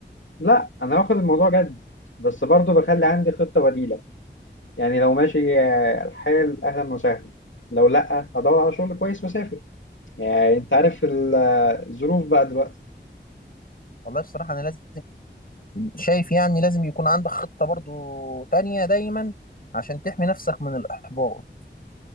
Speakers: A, on the left; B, on the left.
A: لا أنا واخد الموضوع جد بس برضه بخلي عندي خطة بديلة يعني لو ماشي آه، الحال أهلا وسهلا لو لأ هدور على شغل كويس وأسافر يعني أنت عارف ال- آه، الظروف بقى دلوقتي
B: والله بصراحة أنا لازم شايف يعني لازم يكون عندك خطة برضه تانية دايما عشان تحمي نفسك من الإحباط